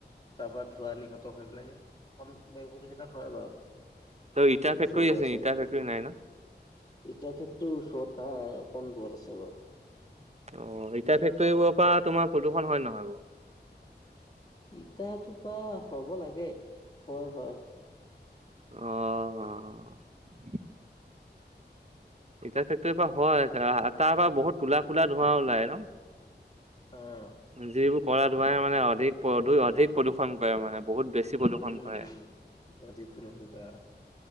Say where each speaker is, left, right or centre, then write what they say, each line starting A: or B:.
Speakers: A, on the left; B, on the right.
A: তাৰ পৰা ধোঁৱ নিৰ্গত হৈ পেলাই নি অকণ বেগু <unintelligible> প্ৰতিোগিতা হয় বাৰু
B: ত' ইটা ফেক্টৰী
A: ওচৰতে আছে
B: নেকি? ইটা ফেক্টৰী নাই ন?
A: ইটা ফেক্ট এইটো ওচৰত নাই অকণ দৃৰত আছে বাৰু।
B: অ', ইতা ফেক্টৰীবোৰৰ পৰা তোমাৰ প্ৰদূষণ হয় নহয় বাৰু?
A: ইতাতো পা হ'ব লাগে, হয় হয়।
B: আহ। ইতা ফেক্টৰীৰ পৰা হয় তাৰ পৰা বহুত কোলা কোলা ধোঁৱা ওলাই ন'।
A: আহ।
B: যিবোৰ ক'লা ধোঁৱাই মানে অধিক প্ৰ অধিক প্ৰদূষণ কৰে মানে। বহুত বেছি প্ৰদূষণ
A: উম
B: কৰে।
A: উম অধিক প্ৰদূষণ কৰে